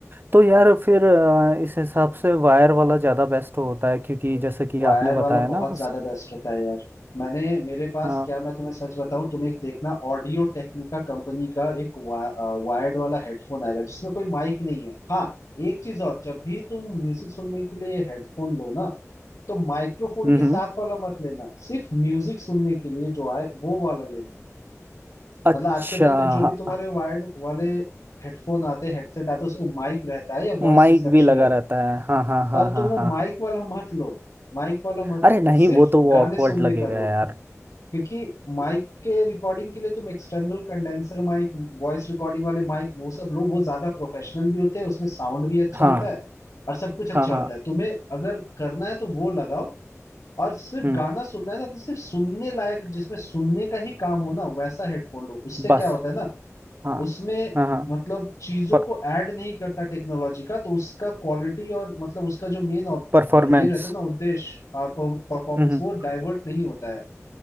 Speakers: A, on the right; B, on the left.
A: तो यार फिर अ, इस हिसाब से वायर वाला ज़्यादा बेस्ट होता है क्योंकि जैसे कि
B: वायर
A: आपने बताया
B: वाला बहुत
A: ना उस
B: ज्यादा बेस्ट होता है यार मैंने मेरे पास
A: हाँ
B: क्या मैं तुम्हें सच बताऊं तुम एक देखना ऑडियो टेक्निका कंपनी का एक वा, वायर्ड वाला हेडफोन आएगा जिसमें कोई माइक नहीं है हाँ एक चीज और जब भी तुम म्यूजिक सुनने के लिए हेडफोन लो ना तो माइक्रोफोन
A: हम्म
B: के साथ वाला मत लेना सिर्फ म्यूजिक सुनने के लिए जो आए वो वाला लेना
A: अच्छा
B: मतलब आज के टाइम पे जो भी
A: हाँ,
B: तुम्हारे वायर्ड वाले हेडफोन आते हैं हेडसेट आते हैं उसमें माइक रहता है या वॉइस
A: माइक
B: रिसेप्शन
A: भी लगा
B: रहता
A: रहता
B: है
A: है हाँ हाँ
B: पर
A: हाँ
B: तुम
A: हाँ
B: वो
A: हाँ
B: माइक
A: हाँ
B: वाला मत लो माइक वाला मत
A: अरे
B: लो
A: नहीं
B: सिर्फ
A: वो तो वो
B: गाने
A: ऑकवर्ड
B: सुनने
A: लगेगा
B: का लो
A: यार
B: क्योंकि माइक के रिकॉर्डिंग के लिए तुम external condenser mic voice recording वाले माइक वो सब लो वो ज्यादा प्रोफेशनल भी होते हैं उसमें साउंड भी अच्छा
A: हाँ
B: होता है और सब कुछ अच्छा
A: हाँ हाँ
B: होता है तुम्हें अगर करना है तो वो लगाओ और सिर्फ
A: हम्म
B: गाना सुनना है ना तो सिर्फ सुनने लायक जिसमें सुनने का ही काम हो ना वैसा हेडफोन लो उससे
A: बस
B: क्या होता है ना
A: हाँ
B: उसमें
A: हाँ हाँ
B: मतलब चीजों
A: पर
B: को ऐड नहीं करता टेक्नोलॉजी का तो उसका क्वालिटी और मतलब उसका जो मेन
A: परफॉर्मेंस
B: ये रहता है ना उद्देश्य हाँ परफॉर्मेंस
A: हम्म
B: वो डाइवर्ट नहीं होता है